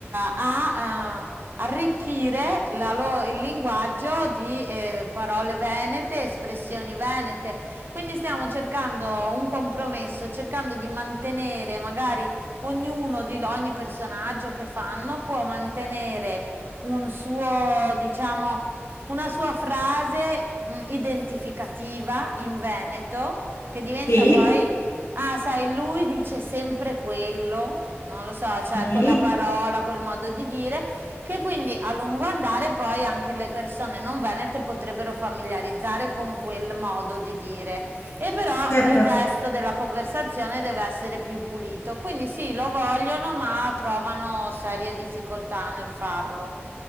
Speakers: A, on the right (about 50°); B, on the left (about 65°).
A: a... Eh, arricchire la lo- il linguaggio di eh, parole venete, espressioni venete. Quindi stiamo cercando un compromesso, cercando di mantenere magari ognuno di ogni personaggio che fanno può mantenere un suo, diciamo, una sua frase mh, identificativa in Veneto che diventa
B: Sì,
A: poi, ah, sai, lui dice sempre quello, non lo so, cioè
B: sì,
A: quella parola, quel modo di dire che quindi a lungo andare poi anche le persone non venete potrebbero familiarizzare con quel modo di dire e però
B: certo.
A: il resto della conversazione deve essere più pulito. Quindi sì, lo vogliono, ma trovano serie difficoltà nel farlo.